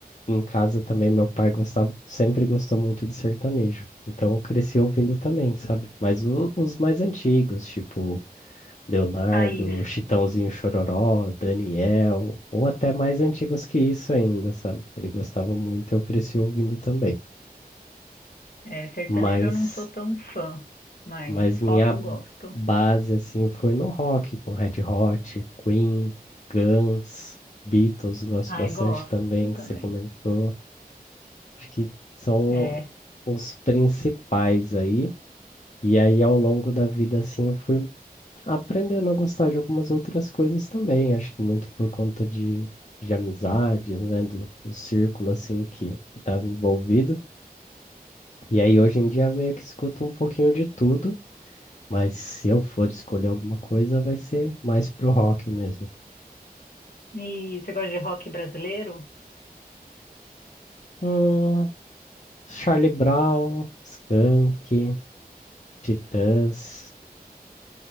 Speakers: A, on the left (about 50°); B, on the left (about 65°).
A: em casa também meu pai gostava, sempre gostou muito de sertanejo. Então, eu cresci ouvindo também, sabe? Mas o- os mais antigos, tipo Leonardo,
B: Raiz.
A: Chitãozinho Chororó, Daniel, ou até mais antigos que isso ainda, sabe? Ele gostava muito, eu cresci ouvindo também.
B: É, sertanejo
A: Mas
B: eu não sou tão fã, mas
A: Mas minha
B: rock eu gosto.
A: base, assim, foi no rock, com Red Hot, Queen, Guns, Beatles, gosto
B: Ai,
A: bastante
B: gosto
A: também, que
B: também.
A: você comentou. Acho que são
B: É.
A: os principais aí. E aí, ao longo da vida, assim, eu fui aprendendo a gostar de algumas outras coisas também. Acho que muito por conta de, de amizades, né, do, do círculo, assim, que estava envolvido. E aí, hoje em dia, meio que escuto um pouquinho de tudo. Mas se eu for escolher alguma coisa, vai ser mais pro rock mesmo.
B: E você gosta de rock brasileiro?
A: Hum, Charlie Brown, Skank, Titãs,